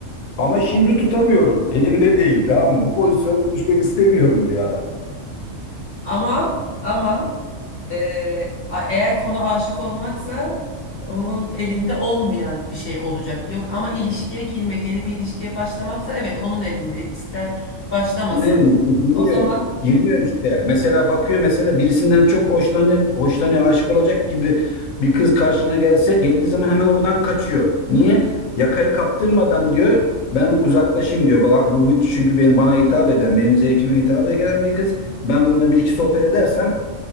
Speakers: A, on the left; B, on the left.
A: Ama şimdi tutamıyorum. Elimde değil tamam mı? Bu pozisyona düşmek istemiyorum diyor adam.
B: Ama ama Ee, a- eğer konu aşık olmaksa onun elinde olmayan bir şey olacak. Yok ama ilişkiye girmek, yeni bir ilişkiye başlamaksa evet onun elinde. İster başlamasın.
A: Ne dedi? Girmiyor.
B: O zaman
A: Girmiyor işte. Mesela bakıyor mesela birisinden çok hoşlanıyor, hoşlanıyor, aşık olacak gibi bir kız karşına gelse geldiği zaman hemen oradan kaçıyor. Niye? Yakayı kaptırmadan diyor ben uzaklaşayım diyor. Ba- Bu, bu çünkü benim bana hitap eden, benim zevkime hitap eden bir kız. Ben bununla bir iki sohbet edersem